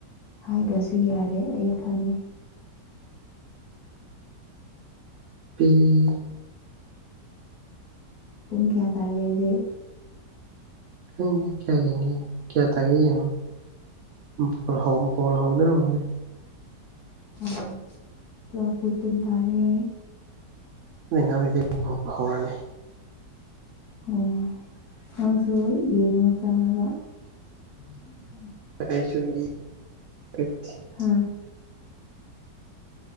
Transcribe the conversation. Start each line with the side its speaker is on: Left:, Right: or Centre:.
Left: ꯍꯥꯏꯗꯔꯁꯨ ꯌꯥꯔꯦ ꯑꯩ ꯈꯪꯉꯦ
Right: ꯄꯤꯛꯏ
Left: ꯄꯨꯡ ꯀꯌꯥ ꯇꯥꯔꯒꯦ ꯍꯧꯖꯤꯛ
Right: ꯈꯪꯗꯦ ꯀꯌꯥ ꯌꯦꯡꯉꯦ ꯀꯌꯥ ꯇꯥꯒꯦ ꯌꯦꯡꯉꯣ <unintelligible> ꯕꫭꯜ ꯍꯧꯗꯔꫭ ꯃꯥꯜꯂꯦ
Left: ꯎꯝ ꯇꯩꯌꯦꯞ ꯐꯤꯐꯇꯤꯟ ꯇꯥꯔꯦ
Right: ꯅꫭꯏ ꯑꯉꯥꯡꯒꯩꯗꯤ ꯍꯧꯔꯅꯤ
Left: ꯑꯣ ꯅꯪꯁꯨ ꯌꯦꯡꯉꯣ ꯆꯪꯉꯒ ꯎꯝ ꯎꯝ ꯎꯝ
Right: <unintelligible>
Left: ꯍꯥ